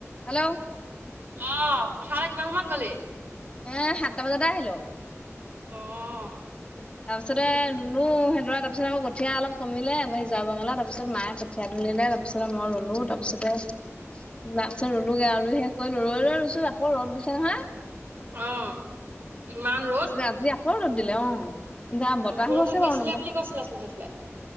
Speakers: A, on the left; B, on the right.
A: Hello.
B: অ' পথাৰলৈ কিমান সময়ত গলি?
A: এ, সাতটা বজাতে আহিলোঁ।
B: অ'।
A: তাৰপিছতে
B: ইমান
A: ৰুলো সেইদৰা তাত। তাৰপিছত আৰু কঠীয়া অলপ কমিলে যোৱা বঙলাত পিছত মায়ে কঠীয়া তুলিলে তাৰপিত মই ৰুলো তাৰপিছতে তাৰপিছত ৰুলোগে আৰু শেষ কৰি ৰৈ ৰৈ ৰুইছোঁ আকৌ ৰ'দ দিছে নহয়।
B: অ' ইমান ৰ
A: আজি আকৌ ৰ'দ দিলে অ'। এতিয়া
B: অ',
A: বতাহো
B: বৰষুণ
A: আছে
B: দিছিলে
A: বাৰু অলপ অলপ।
B: বুলি কৈছিলাচোন সেইফালে।